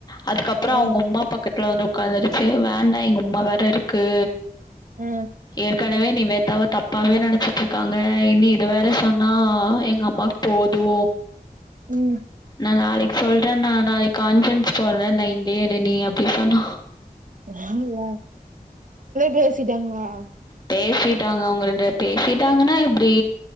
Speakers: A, on the left; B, on the right.
A: அதுக்கப்றொ
B: அ
A: அவுங்கொம்மா பக்கத்துல வந்து ஒக்காந்துருச்சு வேண்டா எங்கொம்மா வே றருக்கு
B: அ
A: ஏற்க னவே நிவேத்தாவ தப்பாவே நெனச்சுட்ருக்காங்க இன்னி இது வேற சொன்னா எங்கம்மாக்கு போதூ
B: ம்
A: நா நாளைக்கு சொல் றன் நா நாளைக் கான்ஃப்ரன்ஸ் போட்ற லைன் லெயே இரு நீ அப்டி சொன்னா
B: ஏங்க <unintelligible> பேசிட்டாங்ளா
A: பேசிட்டாங்க அவுங்க ரெண்டு பே பேசிட்டாங்கன்னா எப்டி